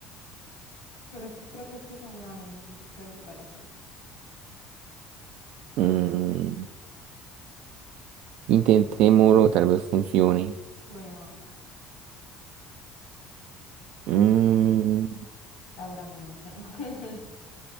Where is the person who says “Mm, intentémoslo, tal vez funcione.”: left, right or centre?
Right